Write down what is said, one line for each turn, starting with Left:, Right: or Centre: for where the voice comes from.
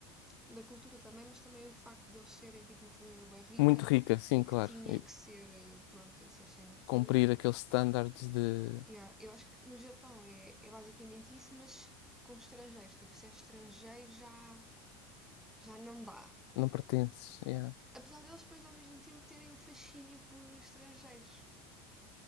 Centre: da cultura também, mas também o facto de eles serem tipo uma família bem rica
Left: Muito rica, sim,
Centre: e que
Left: claro.
Centre: tinha
Left: E
Centre: que ser, eh, pronto, essas cenas todas.
Left: cumprir aqueles standards de
Centre: Yeah, eu acho que no Japão é, é basicamente isso, mas com estrangeiros. Tipo, se é estrangeiro já, já não dá.
Left: não pertences. yeah.
Centre: Apesar deles depois ao mesmo tempo terem um fascínio por estrangeiros,